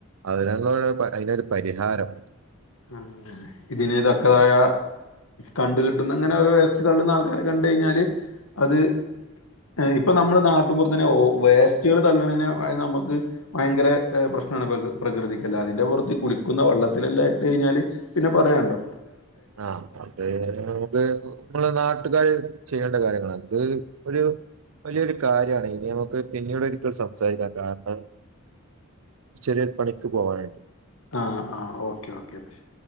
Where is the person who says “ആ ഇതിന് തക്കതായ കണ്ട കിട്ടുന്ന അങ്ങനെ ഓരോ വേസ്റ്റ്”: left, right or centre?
Left